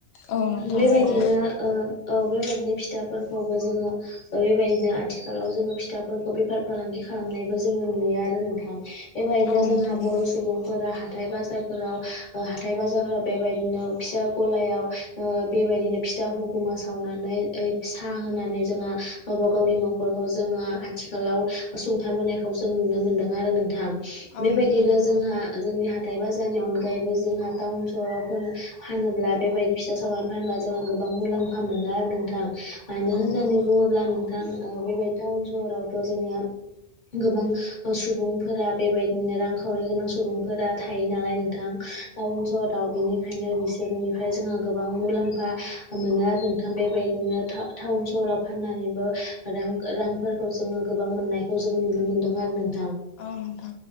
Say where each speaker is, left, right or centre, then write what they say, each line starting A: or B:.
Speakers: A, on the left; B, on the left.
A: औ नोंथां
B: बेबायदिनो
A: नंगौ
B: ओ औ बेबायदिनो फिथाफोरखौबो जोङो ओ बेबायदिनो आथिखालाव जोङो फिथाफोरखौ बेफार फालांगि खालामनायबो जोङो नुयो। आरो नोंथां बेबायदिनो
A: औ
B: जोंहा
A: नोंथां नंगौ
B: बर' सुबुंफोरा हाथाय बाजारफोराव ओ हाथाय बाजारफोराव बेबायदिनो फिसा गलायाव ओ बेबायदिनो फि फिथा हुगुमा सावनानै ओ साहा होनानै जोङा गावबा गावनि न'खरखौ जोङा आथिखा थिखालाव असुंथाबोनायखौ जों नुनो मोनदों आरो नोंथां
A: औ
B: बेबायदिनो
A: नोंथां नंगौ
B: जोंहा जोंनि हा हाथाइ बाजारनि अनगायैबो जोंहा टाउन सहराव फ फानोब्ला बेबायदि फिथा सावनानै फानोब्ला जोंहा गोबां मुलाम्फा मोनो आरो नोंथां मानो
A: औ
B: होननानै
A: नोंथां
B: बुङोब्ला नोंथां ओ बेबायदि टाउन सहरावथ' जोंनिया गोबां ओ सुबुंफोरा बेबायदिनो रांखावरि गोनां सुबुंफोरा थायो नालाय नोंथां। टाउन सहराव बिनिखायनो बिस सोरनिफ्राय जोंहा गोबां मुलाम्फा मोनो आरो नोंथां बेबायदिनो टा-टाउन सहराव फाननानै नैनो रां रांफोरखौ जोङो गोबां मोननायखौ जों नुनो मोनदों आरो नों
A: औ नोथां